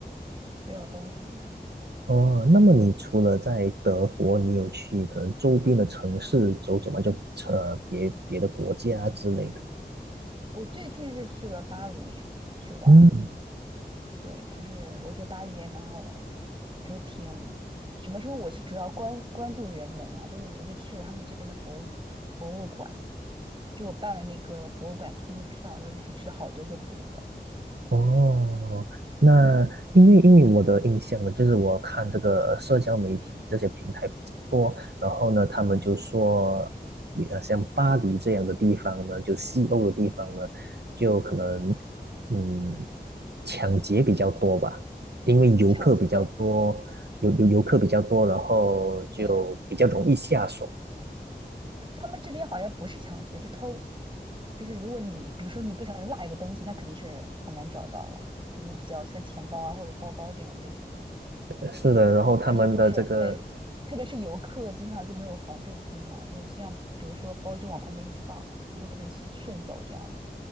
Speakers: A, on the right (about 30°); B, on the right (about 75°).
A: 这种东西。
B: 哦，那么你除了在德国，你有去可能周边的城市走走吗？就呃别别的国家之类的。
A: 我最近是去了巴黎去玩儿，
B: 嗯，
A: 对，就是我觉得巴黎也蛮好玩的，就是挺什么时候我是主要关关注人文了，就是我就去了他们这边的博物博物馆，就我办了那个博物馆通票，然后就去去了好多个博物馆，
B: 哦，那因为因为我的印象呢，就是我看这个社交媒体这些平台比较多，然后呢，他们就说，
A: 嗯，
B: 呃，像巴黎这样的地方呢，就西欧的地方呢，就可能嗯，抢劫比较多吧，因为游客比较多，
A: 抢劫哦。
B: 有有游客比较多，然后就比较容易下手。
A: 对，他们这边好像不是抢劫，是偷。就是如果你比如说你不小心落一个东西，那肯定是很难找到了。就如果比较像钱包啊或者包包这种类型的东西，
B: 是的，然后他们的这个
A: 而且就是对，特别是游客经常就没有防备心嘛，就是这样，比如说包就往旁边一放，就会被人顺走这样子。